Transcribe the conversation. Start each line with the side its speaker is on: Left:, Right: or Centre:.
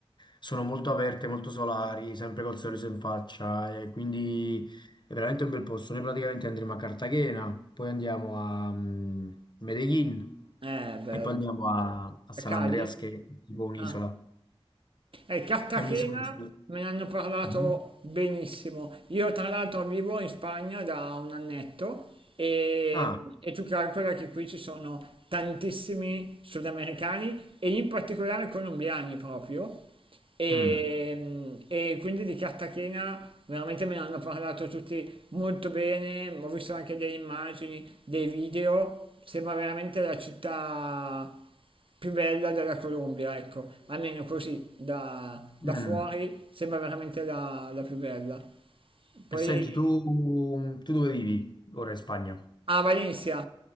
Left: sono molto aperte, molto solari, sempre col sorriso in faccia, e quindi è veramente un bel posto. Noi praticamente andremo a Cartagena, poi andiamo a mh, Medellin
Right: Eh, bello.
Left: e poi andiamo a, a San
Right: A Cali?
Left: Andreas che è tipo un'isola.
Right: Ah, eh, Cartagena
Left: È un'isola. che si-
Right: me ne hanno parlato
Left: Mhm.
Right: benissimo. Io tra l'altro vivo in Spagna da un annetto e,
Left: Ah,
Right: e tu calcola che qui ci sono tantissimi sudamericani e in particolare colombiani proprio. E,
Left: mm.
Right: e quindi di Cartagena veramente me ne hanno parlato tutti molto bene, ho visto anche delle immagini, dei video, sembra veramente la città più bella della Colombia, ecco, almeno così da, da
Left: Mm.
Right: fuori sembra veramente la, la più bella. Poi
Left: E senti, tu, tu dove vivi ora in Spagna?
Right: a Valencia,